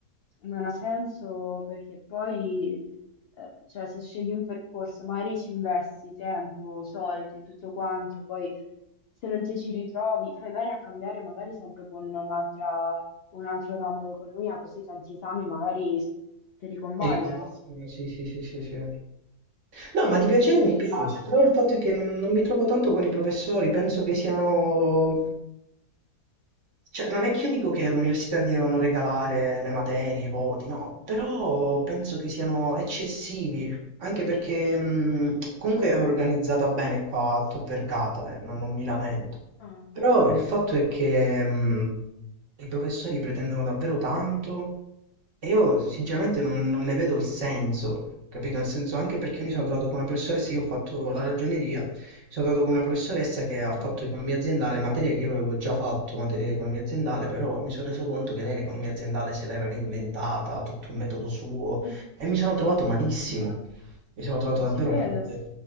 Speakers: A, on the left (about 85°); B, on the right (about 55°).
A: non ha senso perché poi, eh, cioè, se scegli un percorso, magari ci investi tempo, soldi, tutto quanto, poi se non ti ci ritrovi, fai bene a cambiare magari sempre con un'altra, un altro ramo d'economia, così tanti esami magari te li convalidano.
B: E ripassano, sì, sì, sì, sì, sì. No, ma di piacere mi
A: Alla
B: piace,
A: fine,
B: però il fatto è che non, non mi trovo tanto con i professori, penso che siano Cioè, non è che io dico che all'università ti devono regalare le materie, i voti, no, però penso che siano eccessivi, anche perché mh, comunque è organizzata bene qua a Tor Vergata, eh, non, non mi lamento.
A: Ah,
B: Però il fatto è che mh, i professori pretendono davvero tanto e io sinceramente non, non ne vedo il senso, capito? Nel senso anche perché mi sono trovato con una professoressa, io ho fatto la ragioneria, mi sono trovato con una professoressa che ha fatto
A: mhm.
B: economia aziendale, materia che io avevo già fatto, materia di economia aziendale, però mi sono reso conto che lei l'economia aziendale se l'aveva inventata, tutto un metodo suo,
A: <laughs>
B: e mi sono trovato malissimo,
A: Ecco,
B: mi sono trovato davvero
A: Ci credo.
B: male.